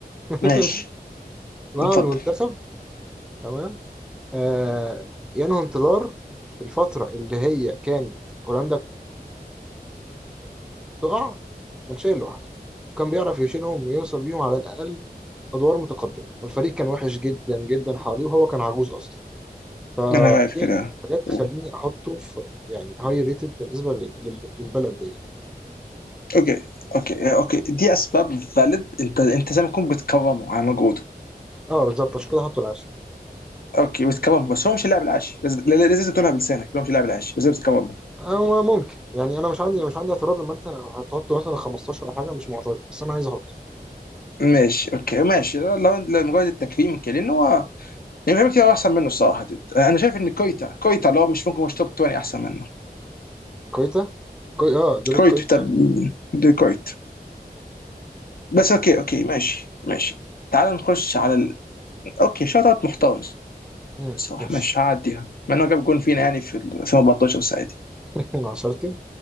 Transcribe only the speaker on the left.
ماشي
اتفضل
انا عارف كده
أوه.
اوكي اوكي اوكي دي اسباب فاليد انت انت زي ما تكون بتكرمه على مجهوده
اوكي بتكرمه بس هو مش اللاعب العاشي لازم لا- لا- لازم تقولها بلسانك هو مش اللاعب العاشي بس بتكرمه
ماشي اوكي ماشي لو لو مجرد التكريم كده لان هو يعني في حاجات كتير احسن منه الصراحه دود. انا شايف ان كويتا كويتا لو مش ممكن مش توب 20 احسن منه
كويت
طب
دي كويت بس اوكي اوكي ماشي ماشي تعال نخش على ال... اوكي شوت اوت محترم
صح
ماشي هعديها مع انه جاب جون فينا يعني في ال- 2014 بس عادي